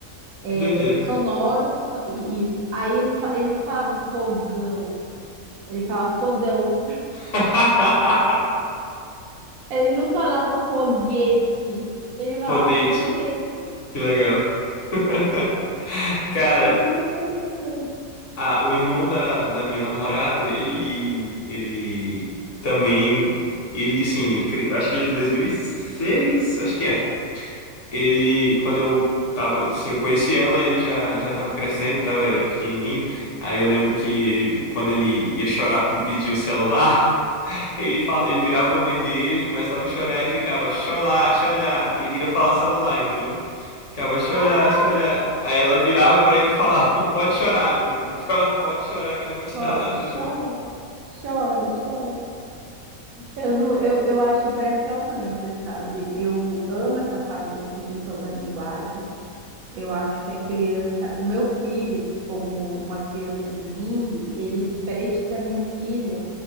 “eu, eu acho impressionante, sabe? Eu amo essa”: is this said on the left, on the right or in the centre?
Right